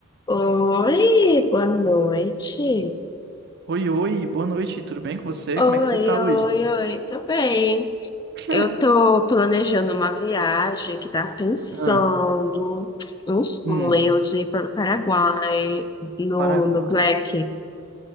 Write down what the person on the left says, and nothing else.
Oi, boa noite.
Oi,
oi,
oi, tô bem.
Eu tô planejando uma viagem que tá pensando
um sonho
de ir para o Paraguai no,
no Black,